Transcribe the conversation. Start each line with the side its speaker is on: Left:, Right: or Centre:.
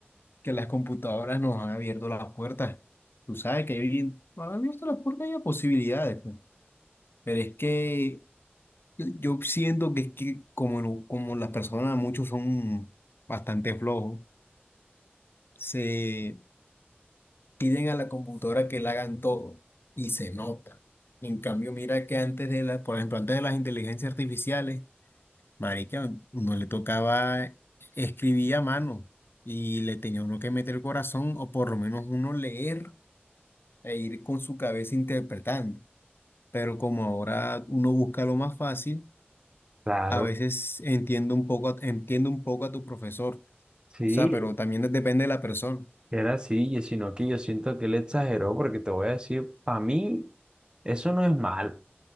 Left: que las computadoras nos han abierto las puertas. Tú sabes que hay- nos han abierto las puertas y a posibilidades, pues. Pero es que yo siento que es que como, no- como las personas, muchos son bastante flojos, se piden a la computadora que le hagan todo y se nota. En cambio, mira que antes de la, por ejemplo, antes de las inteligencias artificiales, Marica, uno le tocaba escribir a mano y le tenía uno que meter el corazón o por lo menos uno leer e ir con su cabeza interpretando. Pero como ahora uno busca lo más fácil,
Right: Claro,
Left: a veces entiendo un poco, a- entiendo un poco a tu profesor. O
Right: Sí,
Left: sea, pero también depende de la persona.
Right: Era así, y sino que yo siento que él exageró, porque te voy a decir, para mí, eso no es malo.